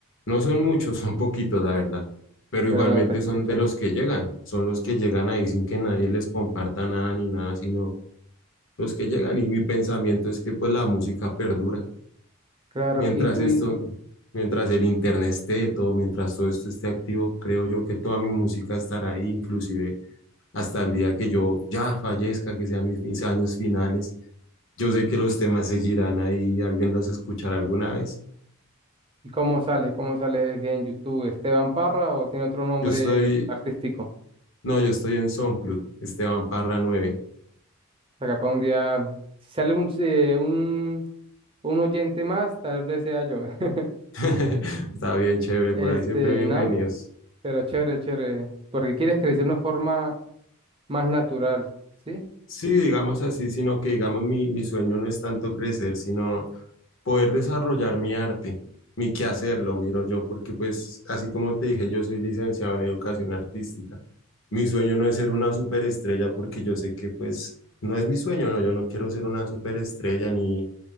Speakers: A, on the left; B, on the right.
A: No son muchos, <laughs> son poquitos, la verdad, pero
B: Pero
A: igualmente
B: te escuchan.
A: son de los que llegan, son los que llegan ahí sin que nadie les comparta nada ni nada, sino los que llegan y mi pensamiento es que pues la música perdura.
B: Claro,
A: Mientras
B: ¿y tú
A: esto,
B: y
A: mientras el internet esté, todo, mientras todo esto esté activo, creo yo que toda mi música estará ahí, inclusive hasta el día que yo ya fallezca, que sean mis, mis años finales. Yo sé que los temas seguirán ahí, alguien los escuchará alguna vez.
B: y cómo sales? ¿Cómo sales en YouTube? ¿Esteban Parra o tiene otro nombre
A: Yo estoy,
B: artístico? O
A: no, yo estoy en SoundCloud, Esteban Parra nueve
B: sea, capaz un día, si sale un, eh, un, un oyente más, tal vez sea yo. <laughs>
A: <laughs> Está bien chévere,
B: Este,
A: por ahí siempre bienvenidos.
B: no, Pero chévere, chévere, porque quieres crecer de una forma más natural, ¿sí?
A: Sí, digamos así, sino que digamos mi, mi sueño no es tanto crecer, sino poder desarrollar mi arte, mi quehacer, lo miro yo, porque pues así como te dije, yo soy licenciado en educación artística. Mi sueño no es ser una superestrella porque yo sé que pues no es mi sueño, no, yo no quiero ser una superestrella ni